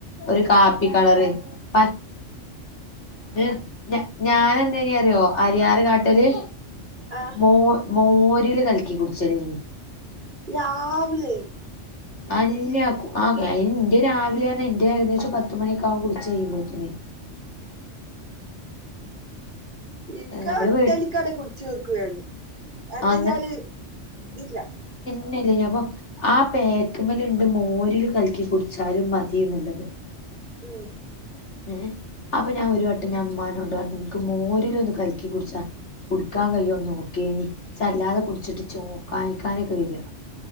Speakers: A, on the left; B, on the right.
A: ഒരു കാപ്പി കളറ് പ ഇത് ഞാ ഞാനെന്തേനി അറിയോ അരിയാര് കാട്ടല്
B: ആഹ്
A: മോൾ മോരില് കലിക്കി കുടിച്ചലേനി
B: രാവിലെ
A: അല്ല കു ആഹ് അയിന് ഇന്റെ രാവിലേയർഞ്ഞാ ഇന്റെ ഏകദേശം പത്ത് മണിയൊക്കാവും കുളിച്ച് കഴിയുമ്പോത്തിന്
B: ഇന്ക്കാ
A: നമ്മള്
B: ഒറ്റ
A: വീ
B: വലിക്കാട്ട് കുടിച്ചീർക്കും ഞാന് എന്തെച്ചാല്
A: ആ
B: ഇതില്ല
A: ന്നെല്ലേന്യോ അപ്പൊ ആഹ് പേക്ക്മ്മല് ഇണ്ട് മോരിലും കലക്കി കുടിച്ചാല് മതിന്ന്ള്ളത്
B: ഉം
A: ഏഹ് അപ്പം ഞാൻ ഒരു വട്ടം ഞാൻ ഇമ്മാനോണ്ടറഞ്ഞു ഇന്ക്ക് മോരിലൊന്ന് കല്ക്കി കുടിച്ചാ കുടിക്കാൻ കയ്യോ നോക്കേനി ഇച്ചെല്ലാതെ കുടിച്ചിട്ട് ഇച്ചോക്കാനിക്കാനൊക്കെ വെര്യാ